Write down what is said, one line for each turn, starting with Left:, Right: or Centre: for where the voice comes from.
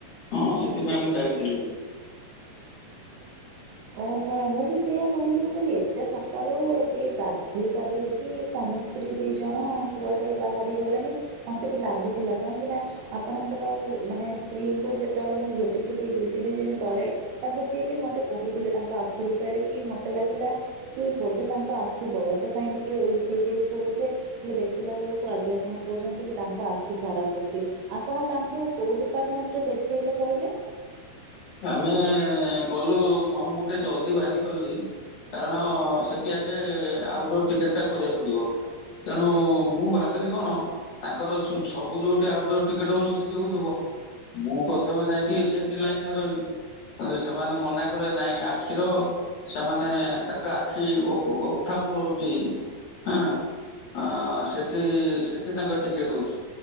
Left: ହଁ ସେଥିପାଇଁ ମୁଁ ଯାଇଥିଲି।
Right: ଓହୋ ମୁଁ ବି ସେଇଆ କହିଲି ମୁଁ କହିଲି ଏତେ ସକାଳୁ ଇଏ ଗାଧେଇ ପାଧେଇ କି ସ୍ୱାମୀ ସ୍ତ୍ରୀ ଦି ଜଣ କୁଆଡ଼େ ବାହାରି ଗଲେଣି ମତେ ବି ଲାଗୁଥିଲା କାହିଁକି ନା ଆପଣଙ୍କର ମାନେ ସ୍ତ୍ରୀ ଙ୍କୁ ଯେତେବେଳେ ମୁଁ ଭେଟିଥିଲି ଦୁଇ ତିନି ଦିନି ତଳେ ତାଙ୍କୁ ସିଏ ବି ମତେ କହୁଥିଲେ ତାଙ୍କ ଆଖି ବିଷୟରେ କି ମତେ ଲାଗିଲା କି ବୋଧେ ତାଙ୍କ ଆଖି ବୟସ ପାଇଁ ଟିକେ ଉଇକି ହେଇ ଯାଇଥିବ ବୋଧେ। ହେଲେ ଦେଖିଲା ବେଳକୁ ଆଜି ଆପଣ କହୁଛନ୍ତି କି ତାଙ୍କ ଆଖି ଖରାପ୍ ଅଛି। ଆପଣ ତାଙ୍କୁ କୋଉ ଡିପାର୍ଟମେଣ୍ଟ୍ ରେ ଦେଖେଇଲେ କହିଲେ?
Left: ଆମେ ଗଲୁ ମୁଁ ଟିକେ ଜଲଦି ବାହାରିକି ଗଲି। କାରଣ ସେଠି ଆଗେ ଆଉଟ୍ ଡୋର୍ ଟିକେଟ୍ ଟା କରିବାକୁ ପଡ଼ିବ। ତେଣୁ ମୁଁ ଭାବିଲି କଣ ତାଙ୍କର ସବୁ ଯୋଉଠି ଆଉଟ୍ ଡୋର୍ ଟିକେଟ୍ ହଉଛି ସେଇଠି ହଉଥିବ। ମୁଁ ପ୍ରଥମେ ଯାଇକି ସେଇଠି ଲାଇନ୍ ରେ ରହି ସେମାନେ ମନେ କଲେ ନାଇଁ ଆଖିର ସେମାନେ ତାଙ୍କ ଆଖି <unintelligible> ଆଁ ଆଁ ସେଠି ସେଠି ତାଙ୍କ ଟିକେଟ୍ ହଉଛି।